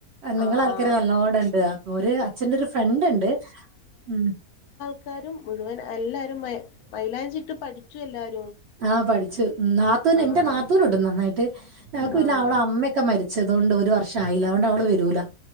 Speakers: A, on the right; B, on the left.
A: നിങ്ങളെൾക്കാര്
B: ആഹ് ആഹ്
A: നല്ലോണണ്ട് അപ്പൊ ഒരു അച്ഛന്റെ ഒരു ഫ്രണ്ട് ഉണ്ട്. ഉമ്
B: ആക്കാരും മുഴുവൻ എല്ലാരും മൈ മൈലാഞ്ചി ഇട്ട് പഠിച്ചു എല്ലാരും.
A: ആഹ പഠിച്ചു നാത്തൂന്
B: ആഹ്
A: എന്റെ നാത്തൂന് ഇടും നന്നായിട്ട് അവക്ക് പിന്നെ
B: ആഹ്
A: അവളെ അമ്മയൊക്കെ മരിച്ച ച്ചതോണ്ട് ഒരു വർഷ ആയില്ല അതോണ്ട് അവള് വരൂല